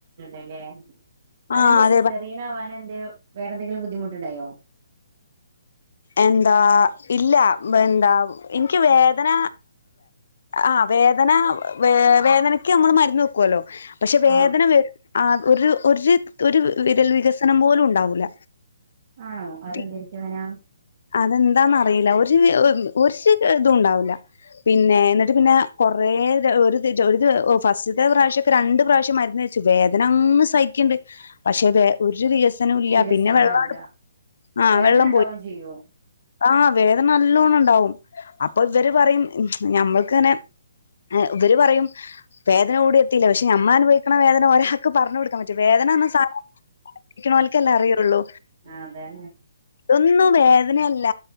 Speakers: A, on the right; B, on the left.
A: അല്ലെ അതെന്തേ
B: ആഹ് അതെ
A: സിസെറിയനാവനെന്തേ വേറെ എന്തെങ്കിലും ബുദ്ധിമു <unintelligible>
B: എന്താ? ഇല്ല ബെന്താ ൻക്ക് വേദന ആ വേദന വേദനക്ക് അമ്മള് മരുന്ന് വെക്കുല്ലോ പക്ഷെ വേദന
A: ആഹ്
B: വരു അഹ് ഒരു ഒരു ഒരു വിരൽ വികസനം പോലും ഉണ്ടാവൂല
A: ആണോ അതെന്തായിരിക്കും
B: പിന്നെ
A: അങ്ങന.
B: അതെന്താന്നറിയില്ല ഒരു ഒരു ഇതുംണ്ടാവില്ല പിന്നെ എന്നിട്ട് പിന്നെ കൊറേ രു ഒരു ദി ഒരു ദി ഫസ്റ്റ്ത്തെ പ്രാവശ്യം ഒക്കെ രണ്ട് പ്രാവശ്യം മരുന്ന് വെച്ചു വേദന അങ്ങ് സഹിക്ക്ണ്ട് പക്ഷെ വേ ഒരു വികസ ല്ല
A: വികസനം
B: പിന്നെ വെള്ളങ്ട്
A: ഉണ്ടാവൂല
B: ആ
A: വേദന
B: വെള്ളം
A: ഉണ്ടാവും
B: പോയി.
A: ചെയ്യോ
B: ആഹ് വേദന നല്ലോണം ഉണ്ടാവും അപ്പൊ ഇവര് പറയും ഞമ്മൾക്ക് ങ്ങനെ ഇവര് പറയും വേദന എവിടെയും എത്തിയില്ല പക്ഷെ ഞമ്മൾ അനുഭവിക്കണ വേദന ഒര പറഞ്ഞു കൊടുക്കാൻ പറ്റും വേദനന്ന സാ <unintelligible> അറിയുള്ളു
A: ആ അതെന്നെ
B: ഒന്ന് വേ- അങ്ങനെല്ല